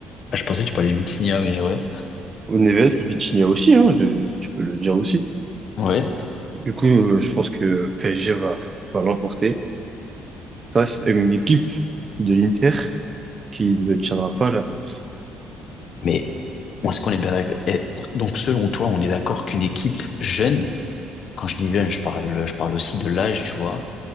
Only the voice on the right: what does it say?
Au Neves, Vitinha aussi, hein, de- tu peux le dire aussi.
Du coup, euh, je pense que PSG va, va l'emporter face à une équipe de l'Inter qui ne tiendra pas la route.